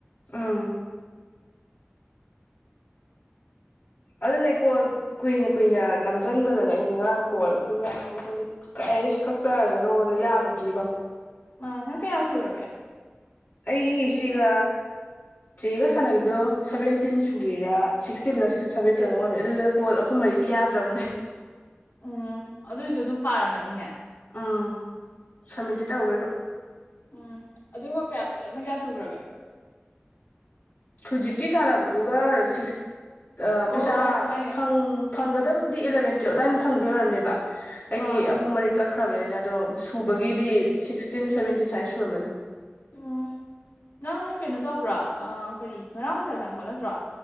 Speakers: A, on the left; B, on the left.
A: ꯎꯝ ꯑꯗꯨꯅꯦ ꯀꯣꯜ ꯀꯨꯏꯅ ꯀꯨꯏꯅ ꯅꯝꯖꯟꯕꯗꯅꯦ ꯑꯩꯁꯦ ꯉꯔꯥꯡ ꯀꯣꯜ ꯑꯗꯨ ꯃꯌꯥꯝꯗꯒꯤ ꯗꯦꯡꯁ ꯀꯛꯆꯔꯁꯅꯣꯅ ꯌꯥꯗꯕꯗꯨꯗꯤꯀꯣ
B: ꯑꯥ ꯅꯪ ꯀꯌꯥ ꯁꯨꯔꯒꯦ
A: ꯑꯩꯒꯤ ꯁꯤꯒ ꯆꯦꯒ ꯁꯥꯟꯅꯈꯤꯕꯗꯣ ꯁꯚꯦꯟꯇꯤꯟ ꯁꯨꯔꯤꯔꯥ ꯁꯤꯛꯁꯇꯤꯟꯔꯥ ꯁꯚꯦꯟꯇꯤꯟꯔꯥ ꯀꯩꯅꯣꯝ ꯑꯣꯏꯕꯅꯦ ꯑꯗꯨꯗꯨꯅ ꯀꯣꯜ ꯑꯍꯨꯝ ꯃ꯭ꯔꯤꯗꯤ ꯌꯥꯗ꯭ꯔꯥꯕꯅꯦ
B: ꯎꯝ ꯑꯗꯨꯏꯁꯨ ꯑꯗꯨꯝ ꯄꯥꯔꯝꯃꯥꯅꯤꯅꯦ
A: ꯎꯝ ꯁꯥꯃꯤꯠꯇꯤ ꯇꯧꯈ꯭ꯔꯦ ꯑꯗꯣ
B: ꯎꯝ ꯑꯗꯨꯒ ꯀꯌꯥ ꯄꯨꯂꯞꯅ ꯀꯌꯥ ꯁꯨꯈ꯭ꯔꯥꯒꯦ
A: ꯍꯧꯖꯤꯛꯀꯤ ꯁꯥꯟꯅꯕꯗꯨꯒ ꯁꯤꯛꯁ ꯑꯥ
B: ꯑꯣ
A: ꯄꯩꯁꯥ
B: ꯑꯣ ꯑꯩ
A: ꯐꯪ ꯐꯪꯒꯗꯕꯕꯨꯗꯤ ꯑꯦꯂꯕꯦꯟ ꯇꯨꯌꯦꯜꯞ ꯑꯗꯨꯋꯥꯏꯗ ꯑꯗꯨꯝ ꯐꯪꯗꯣꯏ ꯑꯣꯏꯔꯝꯅꯤꯕ ꯑꯩꯒꯤ
B: ꯑꯥ
A: ꯑꯍꯨꯝ ꯃꯔꯤ ꯀꯛ ꯈ꯭ꯔꯕꯅꯤꯅ ꯑꯗꯣ ꯁꯨꯕꯒꯤꯗꯤ ꯁꯤꯛꯁꯇꯤꯟ ꯁꯚꯦꯟꯇꯤꯟ ꯁꯨꯃꯥꯏꯅ ꯁꯨꯔꯝꯃꯅꯤ
B: ꯎꯝ ꯅꯪ ꯀꯩꯅꯣ ꯇꯧꯕ꯭ꯔꯥ ꯀꯔꯤ ꯉꯔꯥꯡ ꯄꯩꯁꯥ ꯆꯪꯉꯛꯄ ꯅꯠꯇ꯭ꯔꯣ